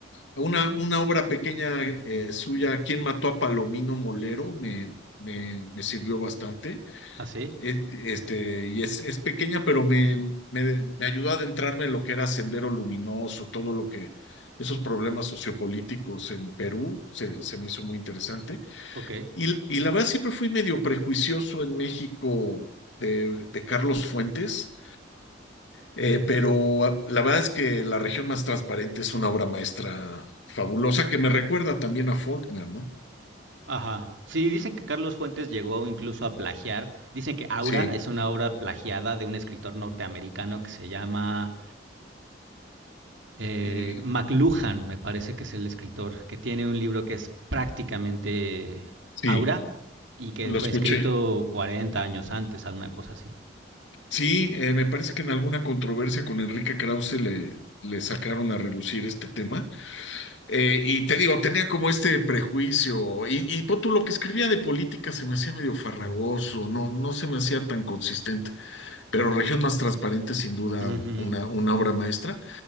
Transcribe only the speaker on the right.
así,
ok.
Ajá. Sí, dicen que Carlos Fuentes llegó incluso a plagiar. Dicen que Aura
es una obra plagiada de un escritor norteamericano que se llama eh,
McLuhan, me parece que es el escritor, que tiene un libro que es prácticamente
Aura y que
fue
escrito 40 años antes, alguna cosa así.
Ujú.